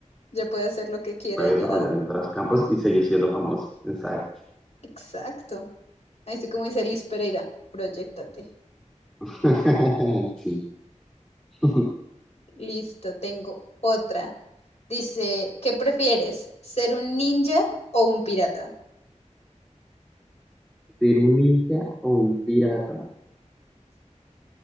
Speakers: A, on the left; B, in the centre.
A: Ya puede hacer lo que quiera,
B: Puede
A: ya.
B: desarrollar en otros campos y seguir siendo famoso. Exacto.
A: Exacto. Así como dice Liz Pereira, proyectate.
B: <laughs> Sí. <laughs>
A: Listo, tengo otra. Dice, ¿qué prefieres? ¿Ser un ninja o un pirata?
B: ¿Ser un ninja o un pirata?